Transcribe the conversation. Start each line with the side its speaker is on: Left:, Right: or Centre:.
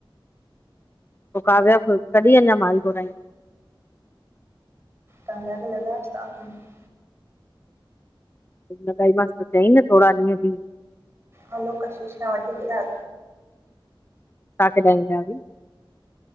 Left: पोइ काव्या, कॾहिं अञा माल घुरायईं?
Right: तव्हांॻाखे लॻायोसिव्हांफ़ो <unintelligible>
Left: न लॻाई मांस त चयईं न थोरा ॾींहं बी।
Right: हलो कशिश खां वधीक रा
Left: छा कॾ जाी <unintelligible>